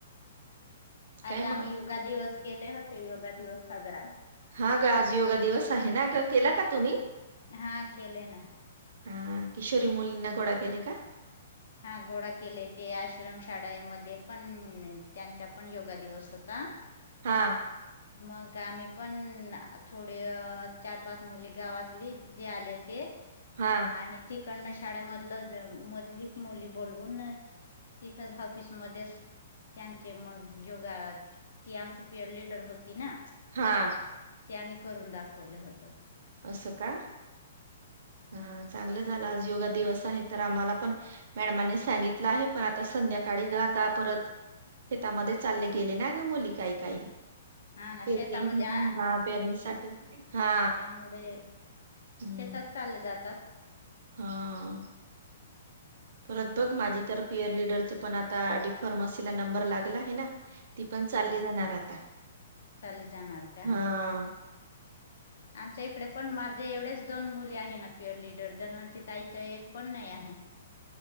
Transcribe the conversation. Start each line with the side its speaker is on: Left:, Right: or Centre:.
Right: काय
Left: आज
Right: मग?
Left: आम्ही योगा दिवस केले होते योगा दिवस साजरा
Right: हा ग आज योगा दिवस आहे ना गं? केला का तुम्ही?
Left: हा केले ना.
Right: हा किशोरी मुलींना गोडा केेले का?
Left: हा गोडा केले, ते आश्रमशाळेमध्ये पण त्यांचा पण योगा दिवस होता
Right: हा.
Left: मग आम्ही पण थोडे चार पाच मुली गावातली जे आले ते
Right: हा.
Left: आणि तीकडन शाळेमधलं, मधली मुली बोलवून तिथेच ऑफिस मध्येच त्यांचे मग योगा ती आमची पीयर लीडर होती ना?
Right: हा.
Left: त्यांनी करून दाखवलं होत.
Right: अस का? हा चांगलं झालं आज योगा दिवस आहे तर आम्हाला पण मॅडमांनी सांगितलं आहे पण आता संध्याकाळी ग द परत शेतामध्ये चालले गेले ना ग मुली काही काही.
Left: हा ना
Right: परणी
Left: शेतामध्ये
Right: हा पेरणीसाठी हा
Left: त्यामुडे
Right: हं
Left: शेतात चालले जातात.
Right: हां परत बघ माझी तर पियर लीडरच पण आता डीफार्मसीला नंबर लागला आहे ना. ती पण चालली
Left: हा
Right: जाणाराय आता.
Left: चालले जाणार का
Right: हा
Left: आमच्या इकडे पण माझे एवढेच दोन मुली आहे ना पियर लीडर धनवंती ताईच्या एक पण नाही आहे.